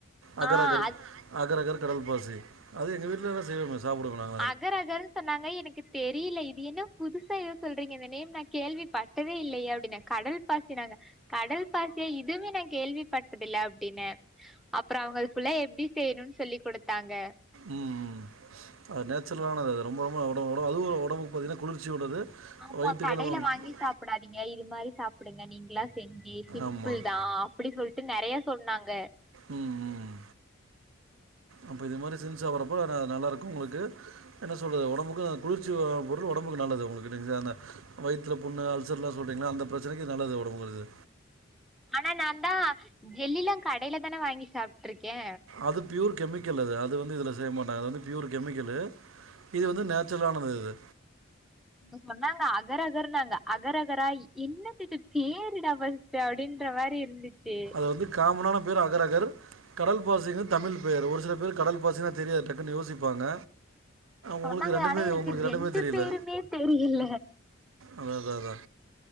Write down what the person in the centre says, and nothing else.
ஆ அது
அகர் அகள் சொன்னாங்க எனக்கு தெரியில இது என்ன புதுசா எதோ சொல்றீங்க இந்த நேம் நா கேள்விப்பட்டதே இல்லையே அப்டின்னே கடல் பாசினாங்க கடல் பாசியா இதுவுமே நா கேள்வி பட்டதுல அப்டின்ன அப்றோ அவுங்க ஃபுல்லா எப்டி செய்ணுனு சொல்லி குடுத்தாங்க
ஆமா
கடையில
வாங்கி சாப்பிடாதீங்க இது மாரி சாப்பிடுங்க நீங்ளா செஞ்சி சிம்பிள்
தா அப்டி சொல்ட்டு நெறைய சொன்னாங்க
ஆனா நா தா ஜெல்லியெல்லா கடையில தான வாங்கி சாப்ட்டுருக்கே
அவுங்க சொன்னாங்க அகரகர்னாங்க அகரகரா என்னதிது பேர்டா பஸ் ட்டு அப்டின்ற மாரி இருந்துச்சி
சொன்னாங்க
ஆனா எனக்கு
ரெண்டு
பேருமே தெரியல